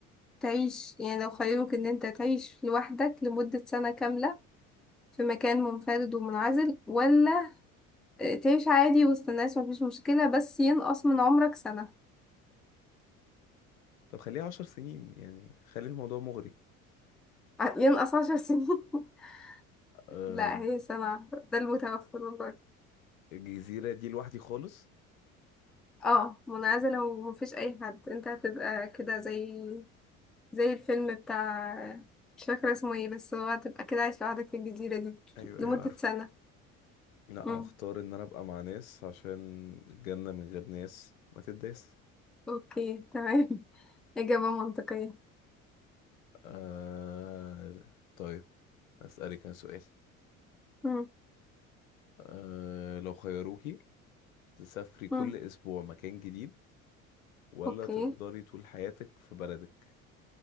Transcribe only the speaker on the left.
طب خليها عشر سنين يعني خلي الموضوع مغري
أه
الجزيرة دي لوحدي خالص
ايوه
ايوه عارفه
لا
هختار ان انا ابقى مع ناس عشان الجنة من غير ناس ما تداس
آه... طيب أسألك أنا سؤال
آه... لو خيروكي تسافري كل
أسبوع مكان جديد ولا
تفضلي طول حياتك في بلدك